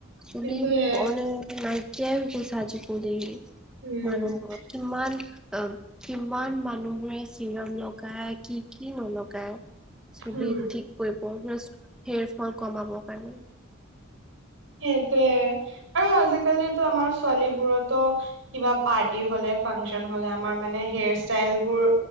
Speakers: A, in the centre; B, on the right.
A: চুলি
B: কিন্তু এ
A: মানে নাইকিয়াই হৈ গৈছে আজিকালি,
B: উম
A: মানুহবোৰ। কিমান অ', কিমান মানুহে চিৰাম লগায় কি কি নলগায়। চুলি
B: উম
A: ঠিক কৰিব প্লাছ, হেৰ ফল কমাবৰ কাৰণে।
B: সেইটোৱে, আৰু আজিকালিতো আমাৰ ছোৱালীবোৰতো কিবা পাৰ্টি হলে ফাংচন হলে আমাৰ মানে হেয়াৰ ষ্টাইলবোৰ